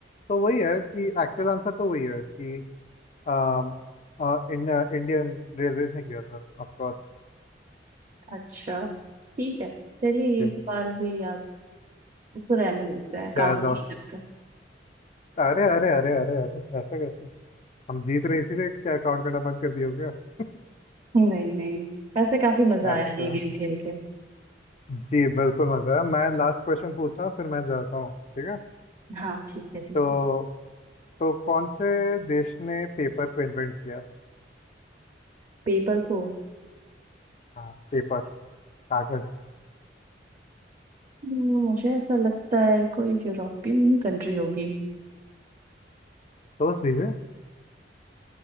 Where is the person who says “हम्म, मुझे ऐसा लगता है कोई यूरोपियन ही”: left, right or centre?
Right